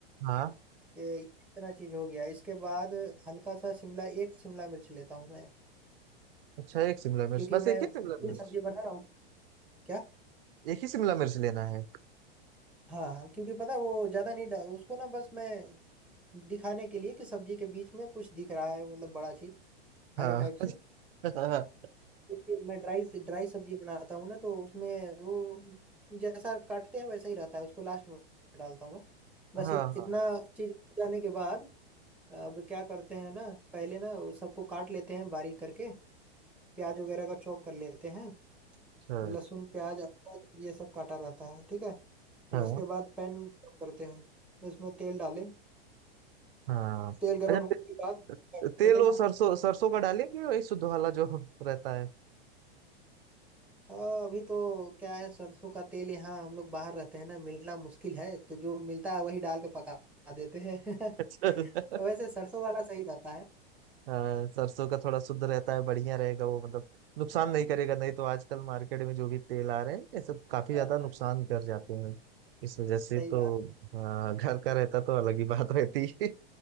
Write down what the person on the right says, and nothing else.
हाँ
अच्छा एक शिमला मिर्च
बस
एक ही शिमला
मिर्च
एक ही शिमला मिर्च लेना है
हाँ
<laughs>
हाँ
हाँ।
हाँ
अच्छा
हाँ
हाँ अच्छा
ते,
तेल वो
सरसों सरसों का डालेंगे वही शुद्ध वाला जो रहता है
अच्छा <laughs>
हाँ, सरसों का थोड़ा शुद्ध रहता है बढ़िया रहेगा वो मतलब नुकसान
नहीं करेगा नहीं तो आजकल मार्केट में जो भी तेल आ रहे हैं ये सब काफी ज्यादा
नुकसान कर जाते हैं इस वजह से
तो
हाँ, घर का रहता तो अलग ही बात रहती <laughs> है